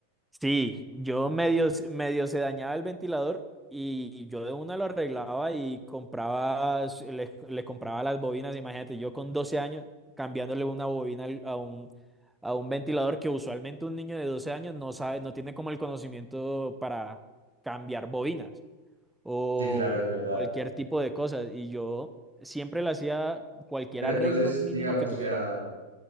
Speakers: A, in the centre; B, on the right.
A: sí, yo medio, s- medio se dañaba el ventilador y yo de una lo arreglaba y compraba, s- le, le compraba las bobinas, imagínate, yo con 12 años cambiándole una bobina al- a un... a un ventilador que usualmente un niño de 12 años no sabe, no tiene como el conocimiento para cambiar bobinas. o
B: Sí, claro, es verdad.
A: cualquier tipo de cosas. Y yo siempre le hacía cualquier
B: Pero
A: arreglo
B: entonces,
A: mínimo
B: digamos,
A: que tuviera
B: o sea,